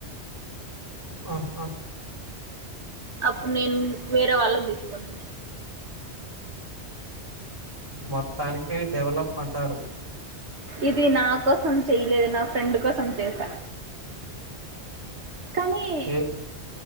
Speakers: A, on the right (about 20°); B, on the right (about 70°).
A: ఆహా హా
B: అప్పుడు నేను వేరే వాళ్ళ తీసుకోనండి
A: మొత్తానికి డెవలప్ అంటారు
B: ఇది నా కోసం చెయలేదు నా ఫ్రెండ్ కోసం చేసా కానీ
A: ఏ